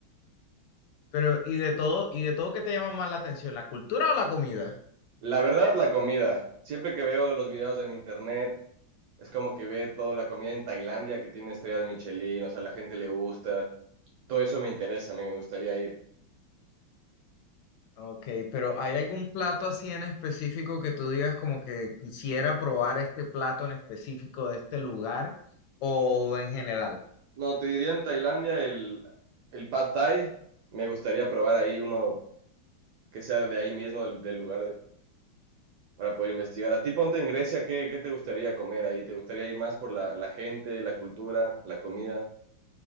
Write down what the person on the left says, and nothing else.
Pero, ¿y de todo, y de todo qué te llama más la atención, la cultura o la comida?
Ok, pero ¿hay algún plato así en específico que tú digas como que quisiera probar este plato en específico de este lugar o en general?